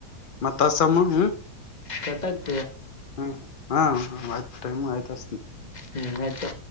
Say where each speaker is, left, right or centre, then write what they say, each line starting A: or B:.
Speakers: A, on the left (about 75°); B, on the left (about 30°).
A: ಮತ್ತ ಅಸಮ್ಮ ಹ್ಮ
B: ಕೆಟ್ಟಗ್
A: ಹಾ ಹಾ ಆತ ಟೈಮ ಆಯ್ತ
B: ಹ್ಮ್ ಆಯ್ತಾ